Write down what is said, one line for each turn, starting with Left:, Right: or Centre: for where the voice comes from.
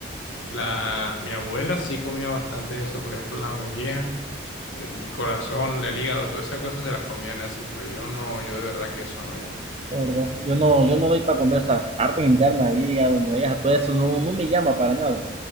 Left: la, mi abuela sí comía bastante eso. Por ejemplo, la molleja, el corazón, el hígado, todas esas cosas se las comían así, pero yo no, yo de verdad que eso no ya.
Right: gordo. Yo no, yo no doy para comer esas partes internas ahí, a donde vayas, a todo eso, no, no me llama para nada.